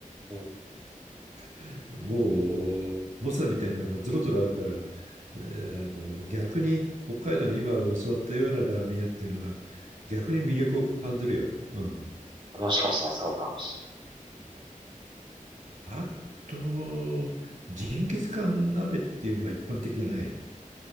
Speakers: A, on the right (about 35°); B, on the right (about 60°).
A: うん。
B: <laughs> もう、猛者みたいなのがぞろぞろあるから、えーあの、逆に北海道の今教わったようなラーメン屋っていうのは、逆に魅力を感じるよ。うん。
A: もしかしたらそうかもし
B: あと、ジンギスカン鍋っていうのは一般的じゃない。